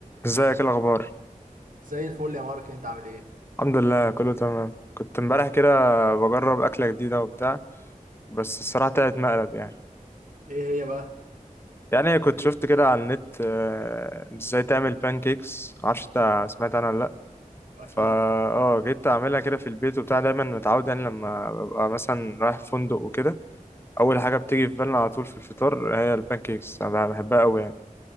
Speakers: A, on the left; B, on the right.
A: ازيك ايه الاخبار
B: زي الفل يا مارك انت عامل ايه؟
A: الحمد لله كله تمام كنت امبارح كده بجرب اكله جديده وبتاع بس الصراحه طلعت مقلب يعني
B: ايه هي بقى؟
A: يعني كنت شفت كده على النت آه، ازاي تعمل بانكيكس معرفش انت سمعت عنها ولا لا
B: اكيد
A: فا اه جيت اعملها كده في البيت وبتاع دايما متعود يعني لما ببقى مثلا رايح فندق وكده اول حاجه بتيجي في بالنا على طول في الفطار هي البانكيكس انا بحبها قوي يعني